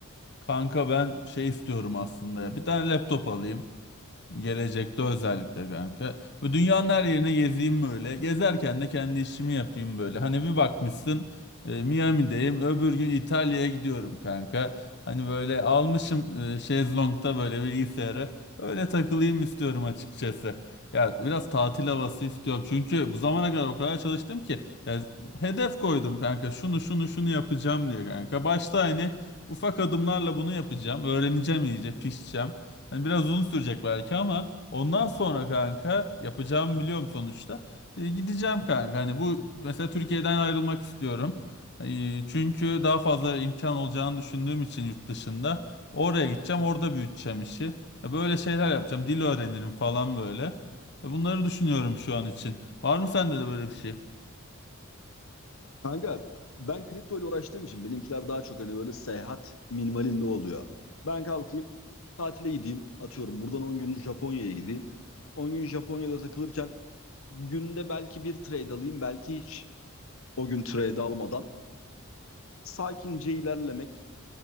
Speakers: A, on the left; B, on the left.
A: Kanka ben şey istiyorum aslında ya. Bir tane laptop alayım. Gelecekte özellikle kanka. Böyle dünyanın her yerine gezeyim böyle. Gezerken de kendi işimi yapayım böyle. Hani bir bakmışsın e, Miami'deyim. Öbür gün İtalya'ya gidiyorum kanka. Hani böyle almışım e, şezlongta böyle bilgisayarı. Öyle takılayım istiyorum açıkçası. Ya biraz tatil havası istiyorum. Çünkü bu zamana kadar o kadar çalıştım ki. Ya hedef koydum kanka. Şunu şunu şunu yapacağım diye kanka. Başta hani ufak adımlarla bunu yapacağım. Öğreneceğim iyice, pişeceğim. Hani biraz uzun sürecek belki ama ondan sonra kanka yapacağımı biliyorum sonuçta. E, gideceğim kanka. Hani bu mesela Türkiye'den ayrılmak istiyorum. E, çünkü daha fazla imkan olacağını düşündüğüm için yurt dışında oraya gideceğim, orada büyüteceğim işi. Ya böyle şeyler yapacağım. Dil öğrenirim falan böyle. E, bunları düşünüyorum şu an için. Var mı sende de böyle bir şey?
B: Kanka ben kripto ile uğraştığım için benimkiler daha çok hani böyle seyahat minimalinde oluyor. Ben kalkayım tatile gideyim atıyorum buradan 10 gün Japonya'ya gideyim. on gün Japonya'da takılırken günde belki bir trade alayım belki hiç o gün trade almadan sakince ilerlemek.